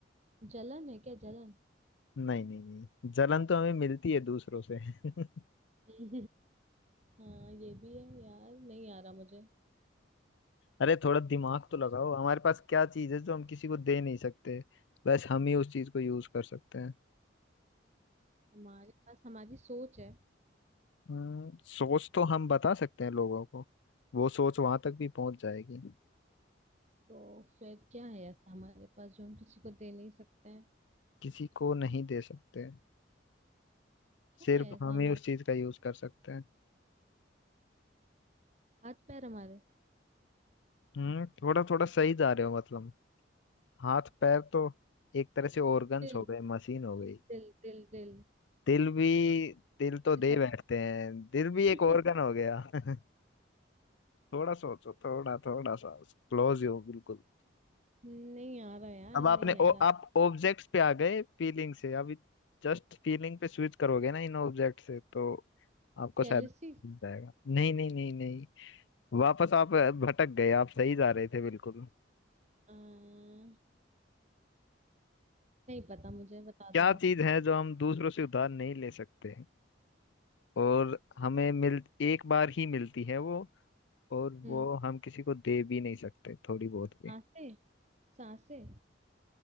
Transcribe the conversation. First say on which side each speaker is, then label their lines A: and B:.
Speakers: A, on the right; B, on the left.
A: जलन है क्या जलन
B: नहीं नहीं नहीं जलन तो हमें मिलती है दूसरों से <laughs>
A: <laughs> हाँ ये भी है यार नहीं आ रहा मुझे
B: अरे थोड़ा दिमाग तो लगाओ हमारे पास क्या चीज है जो हम किसी को दे नहीं सकते बस हम ही उस चीज को यूज कर सकते हैं
A: हमारे पास हमारी सोच है
B: हम्म, सोच तो हम बता सकते हैं लोगों को वो सोच वहां तक भी पहुंच जाएगी
A: तो फिर क्या है ऐसा हमारे पास जो हम किसी को दे नहीं सकते हैं
B: किसी को नहीं दे सकते
A: क्या
B: सिर्फ
A: है ऐसा
B: हम
A: हमारे
B: ही उस चीज का यूज कर सकते हैं
A: हाथ पैर हमारे
B: हम्म थोड़ा थोड़ा सही जा रहे हो मतलब हाथ पैर तो एक तरह से ऑर्गन्स
A: दिल
B: हो गए मशीन हो गई
A: दिल दिल दिल
B: दिल भी दिल तो दे
A: ऐसा
B: बैठते हैं दिल भी
A: <laughs>
B: एक organ हो गया <laughs> थोड़ा सोचो थोड़ा थोड़ा सा क्लोज हो बिल्कुल
A: नहीं आ रहा यार
B: अब
A: नहीं
B: आपने
A: आ
B: ओ,
A: रहा
B: आप ऑब्जेक्ट्स पे आ गए फीलिंग से अभी जस्ट फीलिंग पे स्विच करोगे ना इन ऑब्जेक्ट से तो आपको
A: जेलसी
B: शायद मिल जाएगा नहीं नहीं नहीं नहीं वापस आप भटक गए आप सही जा रहे थे बिल्कुल
A: नहीं पता मुझे बता
B: क्या
A: दो आप
B: चीज है जो हम दूसरों से उधार नहीं ले सकते और हमें मिल एक बार ही मिलती है वो और वो
A: हम्म
B: हम किसी को दे भी नहीं सकते थोड़ी बहुत भी
A: सांसे सांसे